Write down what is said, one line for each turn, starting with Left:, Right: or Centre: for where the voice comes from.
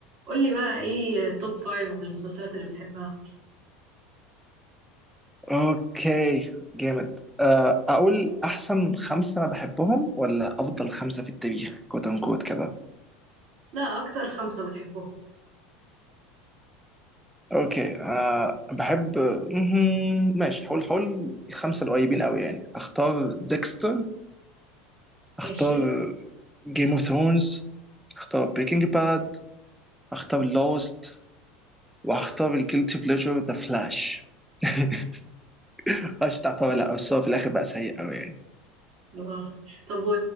Right: قولي بقى ايه توب فايف المسلسلات اللي بتحبها
Centre: اوكي جامد آه، اقول احسن خمسه انا بحبهم ولا افضل خمسه في التاريخ كوت ان كوت كده
Right: لا اكتر خمسة بتحبهم
Centre: اوكي انا بحب مهم. ماشي حول حول خمسه القريبين قوي يعني اختار ديكستر
Right: ماشي
Centre: اختار جيم اوف ثرونز اختار بريكنج باد اختار لوست واختار الجيلتي بليجر ذا فلاش <laughs> مش تعتبر لا بس هو في الاخر بقى سيء قوي يعني
Right: آه. طب و